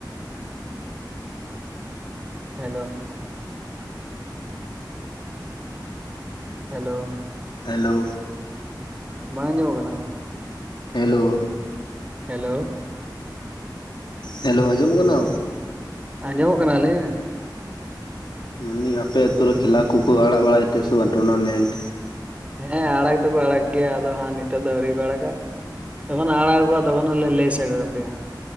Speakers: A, on the right (about 15°); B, on the left (about 85°).
A: ᱦᱮᱞᱳ ᱾ ᱦᱮᱞᱳ ᱾
B: ᱦᱮᱞᱳ ᱾
A: ᱵᱟᱝ ᱟᱸᱡᱚᱢᱚᱜ ᱠᱟᱱᱟ ᱦᱳ?
B: ᱦᱮᱞᱳ ᱾
A: ᱦᱮᱞᱳ ᱾
B: ᱦᱮᱞᱳ, ᱟᱸᱡᱚᱢ ᱠᱟᱱᱟ?
A: ᱟᱸᱡᱚᱢᱚᱜ ᱠᱟᱱᱟ ᱞᱟᱹᱭ ᱢᱮ?
B: ᱢᱮᱱᱫᱟᱹᱧ ᱟᱯᱮ ᱟᱹᱛᱩ ᱨᱮ ᱠᱷᱮᱞᱟ ᱠᱚᱠᱚ ᱟᱲᱟᱜ ᱵᱟᱲᱟᱭ ᱛᱮ ᱥᱮ ᱵᱟᱝ ᱴᱩᱨᱱᱟᱢᱮᱱᱴ?
A: ᱦᱮᱸ ᱟᱲᱟᱜᱽ ᱫᱚᱠᱚ ᱟᱲᱟᱜᱽ ᱜᱮᱭᱟ ᱟᱫᱚ ᱦᱟᱸᱜ ᱱᱤᱛᱚᱜ ᱫᱚ ᱟᱹᱣᱨᱤ ᱠᱚ ᱟᱲᱟᱜᱟ᱾ ᱛᱚᱠᱷᱚᱱ ᱦᱟᱸᱜ ᱟᱲᱟᱜ ᱚᱠᱚ ᱛᱚᱠᱷᱚᱱ ᱞᱮ ᱞᱟᱹᱭ ᱥᱮᱴᱮᱨ ᱟᱯᱮᱭᱟ ᱦᱟᱸᱜ᱾